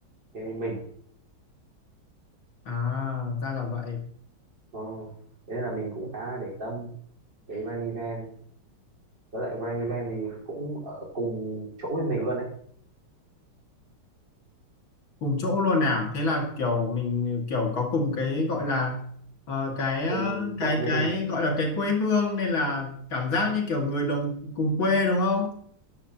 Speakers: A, on the right; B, on the left.
A: với mình
B: À, ra là vậy.
A: Ờ, thế nên là mình cũng khá là để tâm với Grand Event với lại Grand Event thì cũng ở cùng chỗ với mình luôn đấy
B: cùng chỗ luôn nào thế là kiểu mình kiểu có cùng cái gọi là ờ, cái ờ,
A: cùng
B: cái
A: quận với
B: cái
A: mình
B: gọi là cái quê hương nên là cảm giác như kiểu người đồng cùng quê đúng không